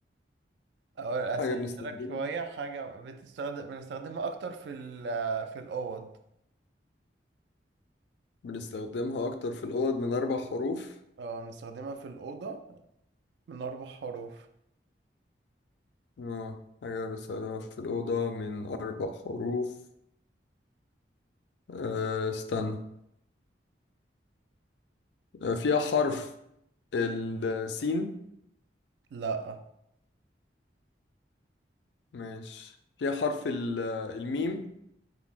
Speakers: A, on the right (about 70°); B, on the left (about 70°).
A: أو أسهلها
B: حاجة بنستخدمها
A: لك شوية حاجة بتستخدم بنستخدمها أكتر في ال في الأوض
B: بنستخدمها أكتر في الأوض من أربع حروف
A: اه بنستخدمها في الأوضة من أربع حروف
B: آه حاجة بنستخدمها في الأوضة من أربع حروف آه استنى آه فيها حرف السين
A: لأ
B: ماشي فيها حرف ال- الميم